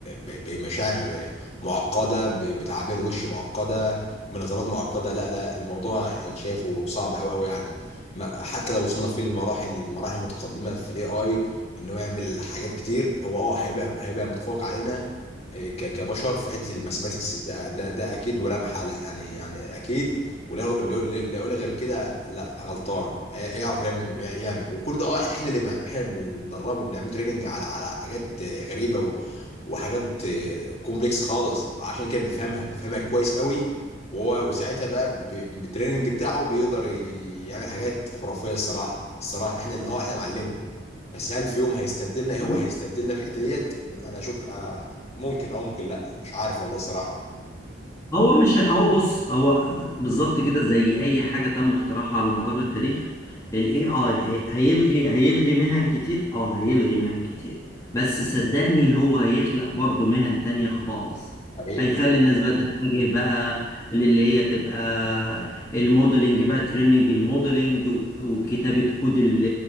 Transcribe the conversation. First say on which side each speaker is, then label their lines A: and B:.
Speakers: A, on the left; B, on the left.
A: ب- بمشاعر معقده ب- بتعابير وش معقده بنظرات معقده لا لا الموضوع انا شايفه صعب قوي قوي يعني ما حتى لو وصلنا في المراحل المراحل المتقدمه في الاي اي ان هو يعمل حاجات كتير هو اه هيبقى هيبقى متفوق علينا إيه، ك- كبشر في حته الماثيماتكس ده ده ده اكيد ولا محاله يعني يعني اكيد ولا اللي يقول غير كده لا غلطان هي- يعرف يعمل يعمل وكل ده اه احنا اللي احنا اللي بندربه بنعمله تريننج على على حاجات آه، غريبه و... وحاجات آه، كومبلكس خالص عشان كده بيفهمها بيفهمها كويس قوي وهو وساعتها بقى ب- بالتريننج بتاعه بيقدر ي- يعمل حاجات خرافيه الصراحه الصراحه احنا اللي اه احنا بنعلمه بس هل في يوم هيستبدلنا
B: أكتر.
A: هو هيستبدلنا في الحته ديت انا اشك أنا ممكن او ممكن لا مش عارف والله صراحه
B: هو مش هو بص هو بالظبط كده زي اي حاجه تم اختراعها على مدار التاريخ الاي اي هي- هيلغي هيلغي مهن كتير اه هيلغي مهن كتير بس صدقني هو هيخلق برضو مهن تانية خالص
A: حقيقة
B: هيخلي الناس بقى تتجه بقى للي هي تبقى الموديلنج بقى تريننج الموديلنج و- وكتابة كود ال-